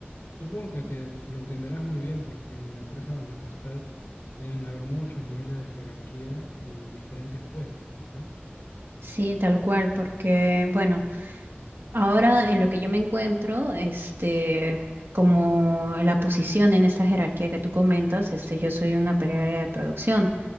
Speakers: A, on the left (about 80°); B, on the right (about 70°).
A: supongo que te lo entenderás muy bien, porque en la empresa donde tú estás deben haber muchos niveles de jerarquía y diferentes puestos, pues, ¿no?
B: Sí, tal cual, porque bueno, ahora en lo que yo me encuentro, este, como la posición en esta jerarquía que tú comentas, este, yo soy una operaria de producción